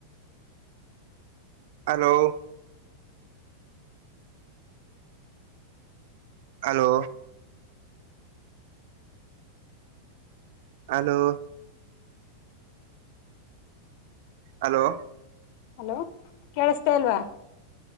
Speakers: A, on the right; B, on the left.
A: hello hello hello hello
B: hello ಕೇಳಿಸತೇ ಅಲ್ವಾ